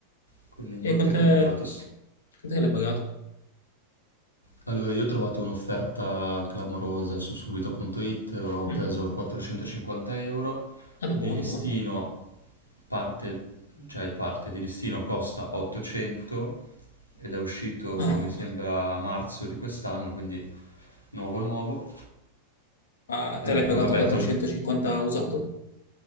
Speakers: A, on the left (about 85°); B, on the left (about 65°).
A: Quindi è molto
B: E con
A: equilibrato.
B: te... Quant'è che l'hai pagato?
A: Allora, io ho trovato un'offerta clamorosa su subito.it, l'ho
B: Mhm.
A: preso a 450 euro,
B: Eh, beh,
A: di
B: buono,
A: listino
B: buono.
A: parte, cioè parte di listino costa 800 ed è uscito
B: Ah,
A: mi sembra a marzo di quest'anno, quindi nuovo nuovo.
B: ma
A: Eh,
B: te l'hai pagato
A: poi vabbè,
B: 450
A: con... No,
B: usato?